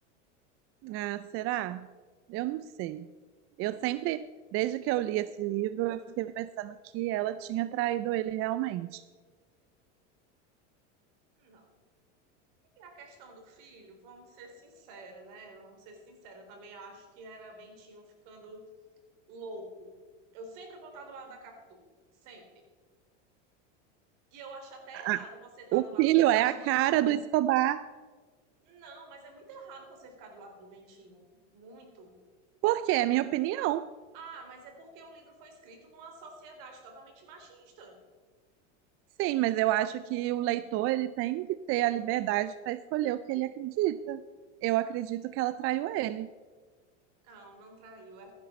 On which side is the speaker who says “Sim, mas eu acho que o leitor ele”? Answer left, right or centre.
Right